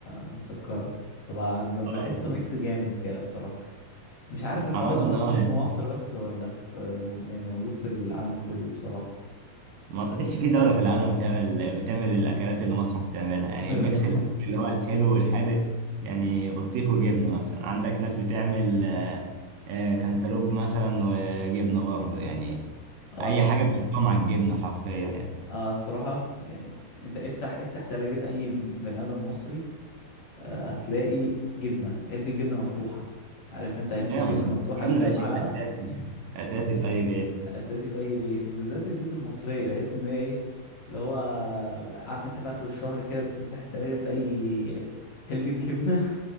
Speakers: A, on the left (about 55°); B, on the right (about 70°).
A: مسكرة طبعا ب-
B: آه
A: بحسه ميكس جامد كده بصراحة مش عارف الحوار
B: عامة
A: ده مشهور
B: آه
A: في
B: يعني
A: مصر بس ولا في مو- يعني موجود في العالم كله بصراحة
B: ما أعتقدش في دولة في العالم بتعمل بتعمل الأكلات اللي مصر بتعملها يعني
A: <laughs>
B: ميكس الأكل اللي هو الحلو والحادق يعني بطيخ وجبنة مثلا عندك ناس بتعمل آه، آه، كانتالوب مثلا وجبنة برضه يعني
A: اه
B: أي حاجة بتحطها مع الجبنة حرفيا يعني
A: اه بصراحة يعني انت افتح افتح تلاجة اي بني ادم مصري آه هتلاقي جبنة علبة جبنة مفتوحة عارف انت علبة
B: ايوه
A: الجبنة
B: الجبن
A: المفتوحة اللي فيها
B: ده
A: المعلقة
B: شيء اساسي اساسي في اي بيت
A: اساسي في اي بيت وبالذات البيوت المصريه بحس ان هي ايه اللي هو عارف انت في اخر الشهر كده بتفتح التلاجة تلاقي حلبة جبنه